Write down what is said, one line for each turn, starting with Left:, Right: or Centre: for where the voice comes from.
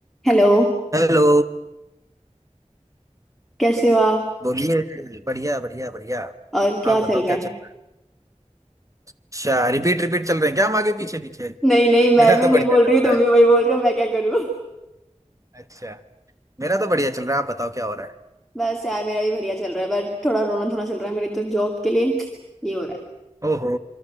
Centre: Hello
Right: Hello
Centre: कैसे हो आप
Right: बोलिए बढ़िया बढ़िया बढ़िया
Centre: और क्या
Right: आप
Centre: चल
Right: बताओ
Centre: रहा
Right: क्या
Centre: है
Right: चल रहा है अच्छा रिपीट रिपीट चल रहे हैं क्या हम आगे पीछे पीछे
Centre: नहीं नहीं मैं
Right: मेरा
Centre: भी
Right: तो बढ़िया
Centre: वही बोल रही
Right: चल
Centre: हूँ तुम
Right: रहा है
Centre: भी वही बोल रहे हो मैं क्या करूँ
Right: अच्छा मेरा तो बढ़िया चल रहा है आप बताओ क्या हो रहा है
Centre: बस यार मेरा भी बढ़िया चल रहा है पर थोड़ा रोना धोना चल रहा है मेरे तो जॉब के लिए ये हो रहा है
Right: ओहो